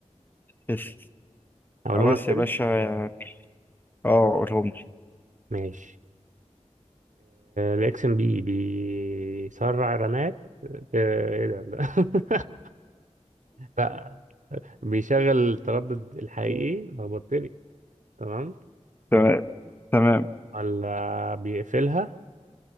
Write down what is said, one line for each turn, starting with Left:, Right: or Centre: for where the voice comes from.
Left: بس. <laughs>
Right: اقولهم
Left: خلاص
Right: لك تاني
Left: يا باشا اه قولهم لي
Right: ماشي الاكس ام بي بيسرع الرامات آه، ايه ده لا <laughs> لا بيشغل التردد الحقيقي لخبطتني تمام
Left: تمام تمام
Right: ولا بيقفلها